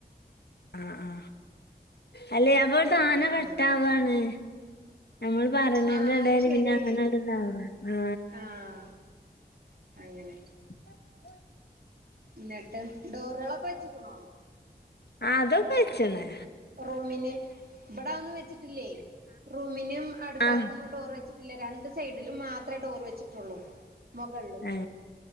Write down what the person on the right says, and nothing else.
ഉം
ആഹ് അത് ശരി
ആഹ് അങ്ങനെ
എന്നിട്ട് ഡോറുകളൊക്കെ വെച്ച്ക്കണോ?
റൂമിന് ഇവിടതൊന്നും വെച്ചിട്ടില്ലേ റൂമിനും അടുക്കളക്കൊന്നും
ഡോർ വെച്ചിട്ടില്ല രണ്ട് സൈഡിലും മാത്രേ ഡോറ് വെച്ചിട്ടുള്ളൂ മുകളിൽ